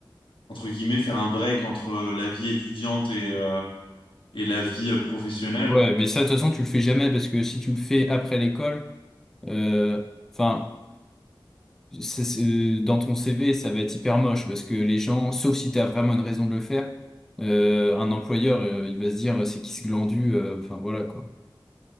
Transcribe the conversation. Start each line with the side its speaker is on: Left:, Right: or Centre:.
Left: entre guillemets, faire un break entre euh, la vie étudiante et, euh, et la vie euh, professionnelle.
Centre: Ouais, mais ça, de toute façon, tu le fais jamais parce que si tu le fais après l'école, Euh, Enfin, c'est- c'est- euh, dans ton CV, ça va être hyper moche parce que les gens, sauf si tu as vraiment une raison de le faire, euh, un employeur, euh, il va se dire c'est qui ce glandu, euh, enfin voilà quoi.